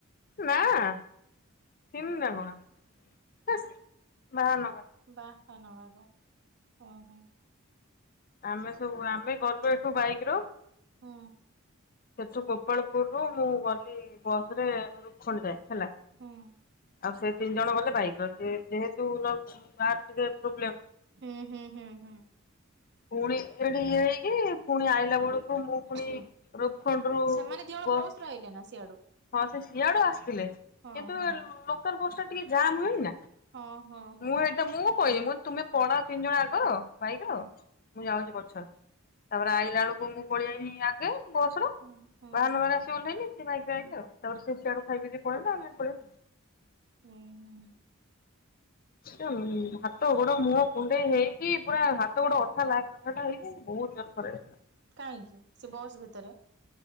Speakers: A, on the left (about 45°); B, on the right (about 55°).
A: ନାଁ <unintelligible> ନା କଣ ହେସ୍ ବାହାନଗା
B: ବାହାନଗାରୁ ଅ ହୁଁ।
A: ଆମେ ସବୁ ଆମେ ଗଲୁ ଏଠୁ ବାଇକ୍ ରୁ
B: ହୁଁ।
A: ସେଠୁ ଗୋପାଳପୁରରୁୁ ମୁଁ ଗଲି ବସରେ ରୁଖଣ୍ଡ ଯାଏ। ହେଲା
B: ହୁଁ। ହୁଁ
A: ଆଉ ସେ ତିନି ଜଣ ଗଲେ ବାଇକର ଯେ ଯେହେତୁ କାର ଟିକେ ପ୍ରୋବ୍ଲେମ୍
B: ହୁଁ ହୁଁ ହୁଁ ହୁଁ।
A: ପୁଣି ଏଠି ଇଏ ହେଇକି ପୁଣି ଆଇଲା ବଳକୁ ମୁଁ ପୁଣି
B: ହୁଁ
A: ରୁପ୍ଖଣ୍ଡରୁ
B: ସେମାନେ ଦି ଜଣ
A: ବସ୍
B: ରେ ଆଇଲେ ନା ସିଆଡୁ
A: ହଁ ସେ ସିଆଡ଼ୁ ଥିଲେ
B: ହଁ
A: କିନ୍ତୁ
B: ହଁ।
A: ଲୋକାଲ ବସ୍ ଟା ଟିକେ ଜାମ୍ ହୁଏନି ନା।
B: ହଁ ହଁ ହଁ।
A: ମୁଁ ଏଇଟା ମୁଁ କହିନି ମୁଁ ତୁମେ ପଳାଅ ତିନି ଜଣ ଆଗର ବାଇକ୍
B: ହଁ
A: ର ମୁଁ
B: ହଁ
A: ଯାଉଛି ପଛରେ ତାପରେ ଆଇଲା ବଳୁକୁ ମୁଁ ପଳେଇଆଇନି ଆଗେ ବସ୍ ର
B: ହଁ ହଁ
A: ବାହାନଗାରେ ଆସି ଓହ୍ଲେଇଲି ସିଏ ବାଇ <unintelligible>
B: ହଁ।
A: ସେ ସିଆଡୁ ଖାଇକିରି ପଳେଇ ଆ୍ ପଳେଇବା।
B: ହୁଁ ହୁଁ।
A: ଟା ହାତ ଗୋଡ ମୁହଁ କୁଣ୍ଡେଇ ହେଇକି ପୁରା ହାତ ଗୋଡ ଅଠା ଲାଖ ଅଠାଟା ହେଇକି ବହୁତ ଜରଫ ହେଇଥିଲା।
B: କାହିଁକି ସେ ବସ୍ ଭିତରେ।